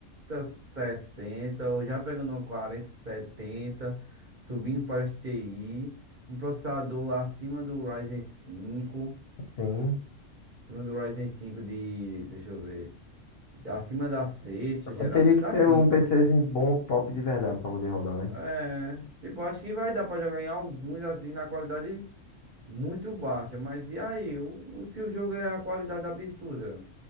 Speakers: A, on the right; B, on the left.
A: sessenta ou já pegando uma quarenta setenta, subindo para as TI, um processador acima do Ryzen cinco,
B: Sim.
A: acima do Ryzen cinco de, deixa eu ver. Acima da sexta geração.
B: Mas teria que
A: Da
B: ter
A: quinta.
B: um PCzinho bom, top de verdade pra poder rodar, né?
A: É. Tipo, acho que vai dar pra jogar em alguns assim na qualidade muito baixa. Mas e aí? O, o- se o jogo é a qualidade absurda?